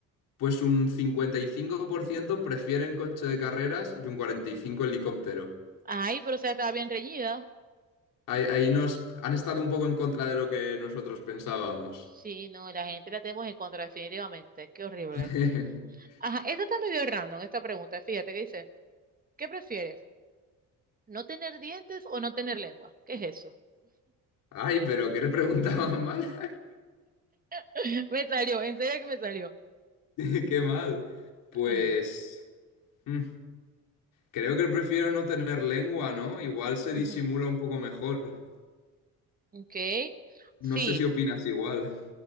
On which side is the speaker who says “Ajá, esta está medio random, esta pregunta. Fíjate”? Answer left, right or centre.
Right